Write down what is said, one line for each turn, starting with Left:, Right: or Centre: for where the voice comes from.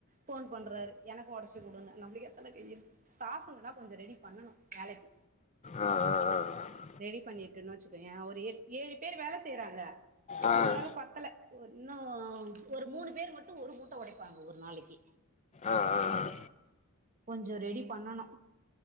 Right: போன் பண்றாரு எனக்கு உட ச்சி கொடுங்கடனு நம்மளுக்கே எத்தன கை இருக்கு ஸ்டாப்ங்கன்னா கொஞ்ச ரெடி பண்ணணு வேலைக்கு
Left: ஆ ஆ
Right: ரெடி பண்ணிட்டுன்னு வச்சுக்கோய ஒரு ஏழு பேர் வேல செய்யறாங்க
Left: ஆ ஆ
Right: இருந்தாலும் பத்தல இன்னு ஒரு மூணு பேர் மட்டு ஒரு மூட்ட உடப்பாங்க ஒரு நாளைக்கு
Left: ஆ ஆ
Right: கொஞ்ச ரெடி பண்ணணு